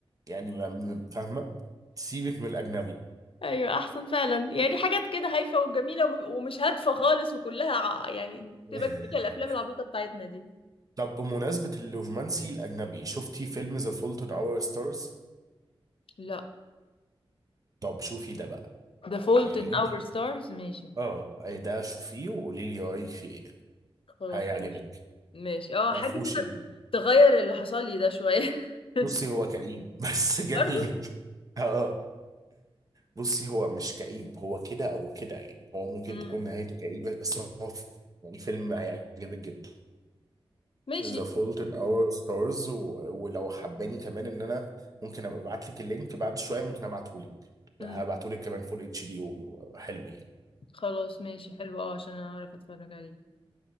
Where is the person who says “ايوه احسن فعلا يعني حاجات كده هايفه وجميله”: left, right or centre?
Left